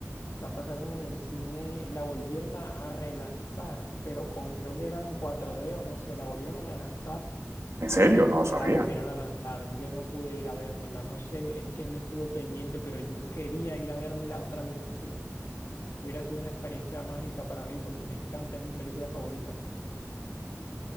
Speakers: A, on the left; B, on the right.
A: La pasaron en el cine, la volvieron a, a relanzar, pero con creo que era en 4D o no sé, la volvieron a relanzar
B: ¿En serio?
A: y
B: No
A: si
B: lo sabía.
A: la volvieron a lanzar. Yo no pude ir a vérmela, no sé, es que no estuve pendiente, pero yo quería ir a vérmela otra vez en cine. Hubiera sido una experiencia mágica para mí porque me encanta, es mi película favorita.